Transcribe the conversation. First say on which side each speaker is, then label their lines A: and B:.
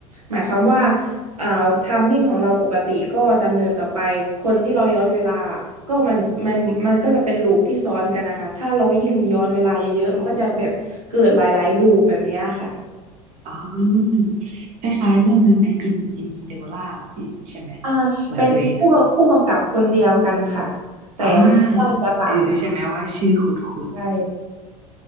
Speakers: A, on the right; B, on the right.
A: หมายความว่า อ่าไทามมิ่งของเราปกติก็ดำเนินต่อไป คนที่เราย้อนเวลา ก็มันมันมันก็จะเป็นลูปที่ซ้อนกันนะคะ ถ้าเรายิ่งย้อนเวลาเยอะๆ มันก็จะแบบเกิดหลายๆลูปแบบเนี้ยค่ะ
B: อ๋อคล้ายๆเรื่องนั้นไหมอินอินสเตลล่าอินใช่ไหม
A: อ่าเป็นผู้กำผู้กำกับคนเดียวกันค่ะ
B: เหมือนเคย
A: แต่เรื่องจะต่างกัน
B: อ่าเออใช่ไหมว่าชื่อคุณคุณ
A: ใช่